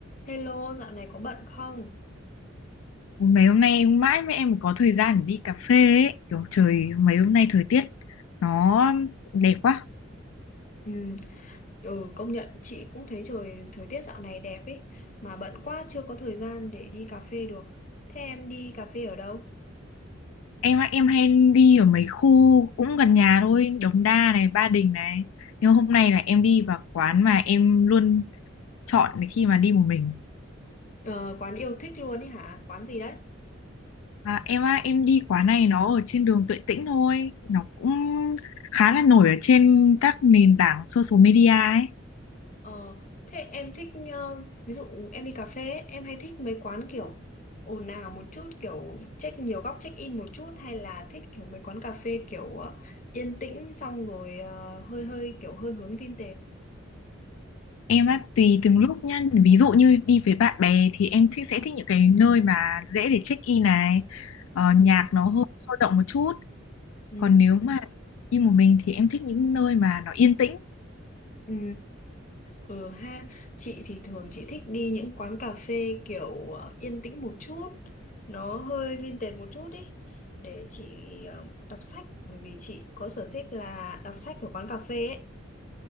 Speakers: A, on the left; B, on the left.
A: Hello, dạo này có bận không?
B: Ôi, Mấy hôm nay mãi mới em mới có thời gian để đi cà phê ấy. Kiểu trời mấy hôm nay thời tiết nó đẹp quá.
A: Ừ, ừ, công nhận chị cũng thấy trời thời tiết dạo này đẹp ấy mà bận quá chưa có thời gian để đi cà phê được. Thế em đi cà phê ở đâu?
B: Em á, em hay đi ở mấy khu cũng gần nhà thôi, Đống Đa này, Ba Đình này. Nhưng hôm nay là em đi vào quán mà em luôn chọn khi mà đi một mình.
A: Ờ, quán yêu thích luôn ấy hả? Quán gì đấy?
B: À, em á, em đi quán này nó ở trên đường Tuệ Tĩnh thôi. Nó cũng khá là nổi ở trên các nền tảng social media ấy.
A: Ờ, thế em thích ờ, ví dụ em đi cà phê ấy, em hay thích mấy quán kiểu ồn ào một chút kiểu check nhiều góc check in một chút hay là thích kiểu mấy quán cà phê kiểu ờ, yên tĩnh xong rồi ờ, hơi hơi kiểu hơi hướng vintage.
B: Em á tùy từng lúc nhá Ví dụ như đi với bạn bè Thì em thích sẽ thích những cái nơi mà dễ để check in này ờ,
A: Ừ.
B: Nhạc nó hơi sôi động một chút
A: Ừ.
B: Còn nếu mà đi một mình Thì em thích những nơi mà nó yên tĩnh
A: Ừ. Ừ ha, chị thì thường chị thích đi những quán cà phê kiểu ờ, yên tĩnh một chút, nó hơi vintage một chút ý, để chị ờ, đọc sách, bởi vì chị có sở thích là đọc sách ở quán cà phê ấy,